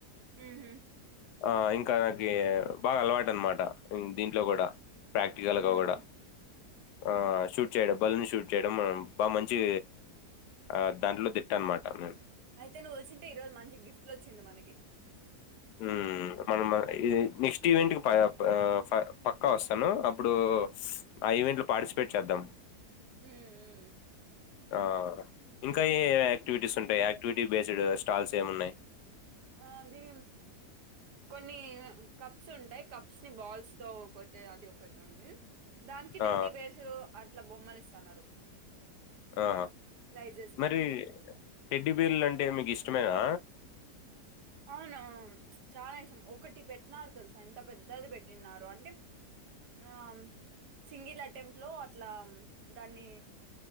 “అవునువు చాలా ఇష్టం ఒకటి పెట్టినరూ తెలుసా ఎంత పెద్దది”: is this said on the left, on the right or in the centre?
Right